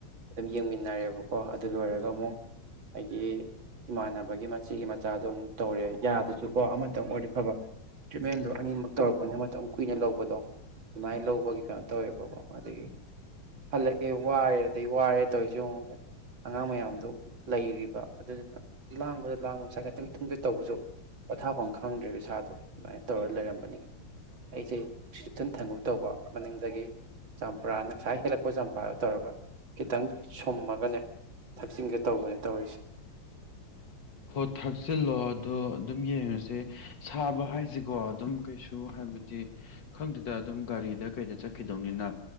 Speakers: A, on the right; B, on the left.
A: ꯑꯗꯨꯝ ꯌꯦꯡꯃꯤꯟꯅꯔꯦꯕꯀꯣ ꯑꯗꯨ ꯂꯣꯏꯔꯒ ꯑꯃꯨꯛ ꯑꯩꯗꯒꯤ ꯏꯃꯥꯟꯅꯕꯒꯤ ꯃꯆꯤꯒꯤ ꯃꯆꯥꯗꯣ ꯑꯃꯨꯛ ꯇꯧꯔꯦ ꯌꯥꯗꯁꯨ ꯀꯣ ꯑꯃꯇꯪ ꯑꯣꯏꯗꯤ ꯐꯕ ꯇ꯭ꯔꯤꯠꯃꯦꯟꯗꯨꯣ ꯑꯅꯤꯃꯛ ꯇꯧꯔꯛꯄꯅꯦ ꯃꯇꯝ ꯀꯨꯏꯅ ꯂꯧꯕꯗꯣ ꯑꯗꯨꯃꯥꯏꯅ ꯂꯧꯕꯒꯤ ꯀꯩꯅꯣ ꯇꯧꯋꯦꯕꯀꯣ ꯑꯗꯒꯤ ꯍꯜꯂꯛꯑꯦ ꯋꯥꯔꯦ ꯑꯗꯩ ꯋꯥꯔꯦ ꯇꯧꯔꯤꯁꯤꯉ ꯑꯉꯥꯡ ꯃꯌꯥꯝꯗꯣ ꯂꯩꯔꯤꯕ ꯑꯗꯨꯗꯨꯅ ꯂꯥꯡꯕꯗ ꯂꯥꯡꯕ ꯉꯁꯥꯏ ꯈꯤꯇꯪ ꯇꯨꯝꯒꯦ ꯇꯧꯕꯁꯨ ꯄꯣꯊꯥꯐꯝ ꯈꯪꯗ꯭ꯔꯔꯤꯕꯕ ꯁꯥꯥꯗꯣ ꯑꯗꯨꯃꯥꯏꯅ ꯇꯧꯔ ꯂꯩꯔꯝꯕꯅꯤꯅ ꯑꯩꯁꯦ ꯆꯆꯦꯛꯁꯤꯟ ꯊꯪꯒꯨ ꯇꯧꯕ ꯃꯅꯤꯡꯗꯒꯤ ꯆꯝꯄꯨꯔꯥꯅ ꯉꯁꯥꯏ ꯍꯦꯜꯂꯛꯄ ꯆꯝꯄ꯭ꯔ ꯇꯧꯔꯒ ꯈꯤꯇꯪ ꯁꯨꯝꯃꯒꯅꯦ ꯊꯛꯆꯤꯡꯒ ꯇꯧꯕꯅꯦ ꯇꯧꯔꯤꯁꯦ
B: ꯍꯣꯏ ꯊꯥꯛꯆꯤꯜꯂꯣ ꯑꯗꯣ ꯑꯗꯨꯝ ꯌꯦꯡꯉꯁꯦ ꯁꯥꯕ ꯍꯥꯏꯁꯤꯀꯣ ꯑꯗꯨꯝ ꯀꯩꯁꯨ ꯍꯥꯏ ꯍꯥꯏꯕꯗꯤ ꯈꯪꯗꯗ ꯑꯗꯨꯝ ꯒꯥꯔꯤꯗ ꯀꯩꯗ ꯆꯠꯈꯤꯗꯧꯅꯤꯅ